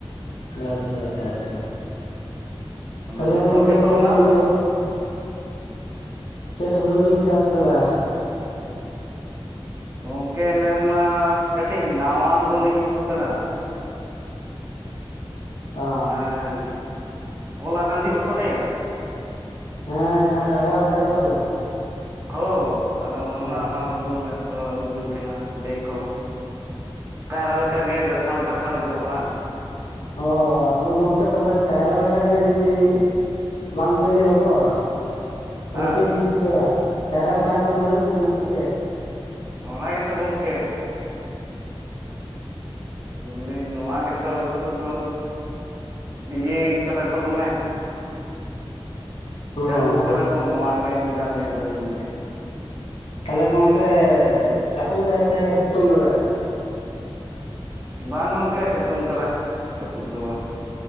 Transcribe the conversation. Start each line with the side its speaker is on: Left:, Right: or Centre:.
Left: ᱟᱪᱪᱷᱟ ᱟᱪᱪᱷᱟ ᱟᱪᱪᱷᱟ
Right: ᱟᱫᱚ
Left: ᱛᱟᱦᱚᱞᱮ
Right: ᱡᱷᱚᱛᱚ
Left: ᱜᱚᱝᱠᱮ
Right: ᱜᱮᱛᱚ
Left: ᱪᱮᱫ
Right: ᱚᱱᱟ
Left: ᱩᱲᱩ᱾ ᱪᱮᱫ ᱦᱩᱲᱩ ᱵᱤᱱ ᱪᱟᱥ ᱠᱟᱫᱟ᱾
Right: ᱜᱚᱝᱠᱮ ᱱᱮᱥ ᱢᱟ ᱠᱟᱹᱴᱤᱡ ᱱᱟᱣᱟ ᱦᱩᱲᱩ ᱞᱤᱧ ᱟᱹᱜᱩᱣᱟᱠᱟᱫᱟ᱾
Left: ᱚ
Right: ᱚᱱᱮ ᱠᱚᱞᱟ ᱠᱟᱸᱫᱷᱤ ᱵᱟᱠᱚ ᱞᱟᱹᱭᱟ᱾
Left: ᱦᱮᱸ ᱡᱟᱸᱦᱟ ᱠᱟᱭᱨᱟ ᱞᱮᱠᱟ ᱡᱚᱜ ᱫᱚ᱾
Right: ᱦᱳ ᱚᱱᱟ
Left: ᱟᱪᱪᱷᱟ
Right: ᱚᱱᱟ ᱦᱳᱲᱳ᱾ ᱫᱚ ᱟᱹᱜᱩ ᱦᱩᱭ ᱠᱟᱱᱟ ᱞᱮ ᱠᱚ ᱠᱟᱭᱨᱟ ᱞᱮᱠᱟᱜ ᱜᱮ ᱜᱟᱛᱷᱟᱲ ᱜᱟᱛᱷᱟᱲ ᱡᱚᱜᱼᱟ᱾
Left: ᱚ ᱟᱫᱚ ᱜᱚᱝᱠᱮ ᱛᱟᱦᱚᱞᱮ ᱠᱟᱭᱨᱟ ᱞᱮᱠᱟᱜᱮ ᱡᱩᱫᱤ᱾ ᱵᱟᱝ ᱵᱮᱞᱮ ᱦᱚᱫᱚᱜᱼᱟ᱾ ᱛᱟᱦᱚᱞᱮ
Right: ᱦᱮᱸ
Left: ᱪᱮᱫ ᱵᱤᱱ ᱪᱤᱠᱟᱹᱭᱟ ᱠᱟᱭᱨᱟ ᱞᱮᱠᱟᱜᱮ ᱳᱞ ᱦᱩᱭᱩᱜ ᱛᱟᱵᱤᱱᱟ ᱥᱮ ᱪᱮᱫ᱾
Right: ᱚ ᱚᱱᱟ ᱜᱮᱛᱚ ᱜᱚᱝᱠᱮ᱾ <inaudible> ᱱᱚᱣᱟ ᱜᱮᱛᱚ ᱱᱤᱛᱚᱜ ᱫᱚ᱾ ᱤᱭᱟᱹᱭ ᱠᱟᱫᱟ ᱠᱚ ᱫᱚᱢᱮ᱾
Left: ᱚ
Right: ᱪᱟᱹᱞᱩ ᱠᱟᱫᱟ ᱠᱚ ᱱᱚᱣᱟ ᱜᱮ ᱢᱤᱫ ᱫᱷᱟᱣ ᱧᱮᱞ ᱦᱩᱭ ᱞᱮᱱᱜᱮ᱾
Left: ᱛᱟᱦᱚᱞᱮ ᱜᱚᱝᱠᱮ ᱡᱟᱯᱩᱫ ᱫᱟᱭ ᱥᱮ ᱥᱤᱛᱩᱝ ᱠᱟᱫᱟᱭ᱾
Right: ᱵᱟᱝ ᱜᱚᱝᱠᱮ ᱥᱤᱛᱩᱝ ᱠᱟᱫᱟᱭ ᱡᱟᱹᱯᱩᱫ ᱫᱚ ᱵᱟᱝ᱾